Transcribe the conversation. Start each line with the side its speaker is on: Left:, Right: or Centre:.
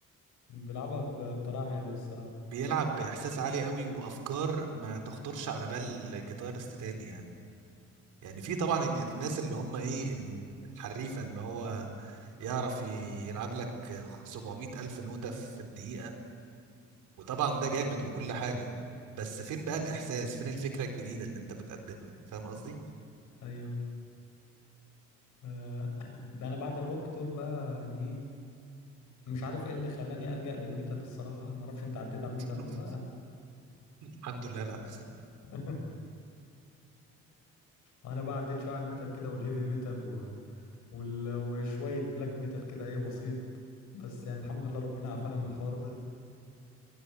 Left: بيلعبها ب- بطريقة حلوة الصراحة
Right: بيلعب باحساس عالي قوي وافكار ما تخطرش على بال جيتارست تاني يعني يعني في طبعا الج- الناس اللي هم ايه ال- الحريفه اللي هو يعرف ي- يلعب لك 700 الف نوته في الدقيقه وطبعا ده جامد وكل حاجه بس فين بقى الاحساس فين الفكره الجديده اللي انت بتقدمها فاهم قصدي
Left: ايوه آه. <clears throat> انا بعد الروك دول بقى يعني ايه مش عارف ايه اللي خلاني ألجأ للميتال الصراحة انا ما اعرفش انت عديت على الميتال
Right: <laughs>
Left: ولا لا
Right: الحمد لله لا
Left: <laughs> انا بقى عديت شوية على الميتال كده والهيفي ميتال و... وال... وشوية بلاك ميتال كده ايه بسيط بس يعني الحمد لله ربنا عافانا من الحوار ده